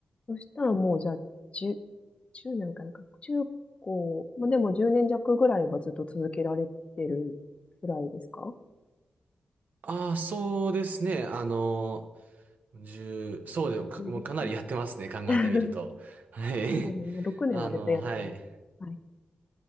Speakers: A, on the left (about 40°); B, on the right (about 70°).
A: そしたらもうじゃあ、10、10年かなんか、中高、まあ、でも10年弱ぐらいはずっと続けられてるぐらいですか
B: ああ、そうですね。あの、十、そうでもか、
A: ?16
B: もうかなりやってますね。考えてみると。
A: 年。<laughs>
B: はい。
A: そうですね。まあ、
B: <laughs>
A: 年は絶対やってる。
B: あの、はい。
A: はい。